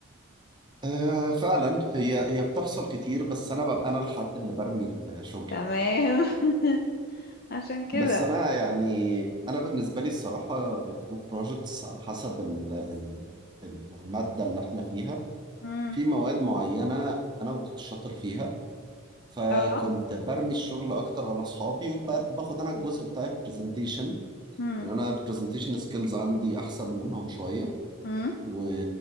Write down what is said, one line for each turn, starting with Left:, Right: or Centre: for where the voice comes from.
Right: آه فعلا هي هي بتحصل كتير بس انا ببقى انا الحد اللي برمي الشغل
Left: تمام <laughs> عشان كده
Right: بس انا يعني انا بالنسبه لي الصراحه الجروب بروجكتس على حسب ال ال الماده اللي احنا فيها
Left: امم
Right: في مواد معينه انا ما كنتش شاطر فيها فكنت
Left: اه
Right: برمي الشغل اكتر على اصحابي وباخد انا الجزء بتاع البرزنتيشن
Left: امم
Right: يعني انا البرزنتيشن سكيلز عندي احسن منهم شويه
Left: امم
Right: و...